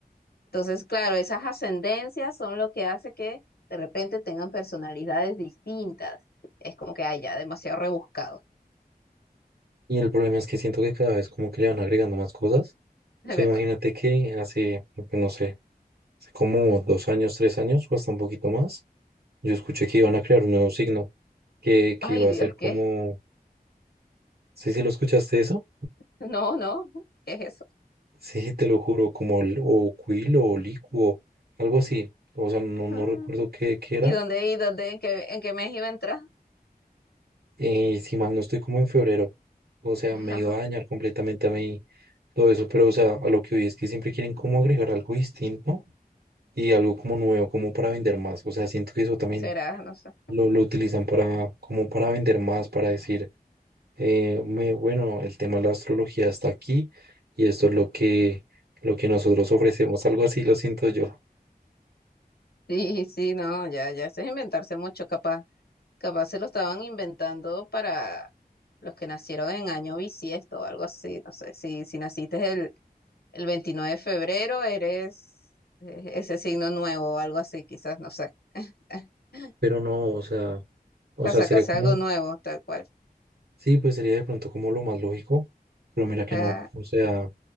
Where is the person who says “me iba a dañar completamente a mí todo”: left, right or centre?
Right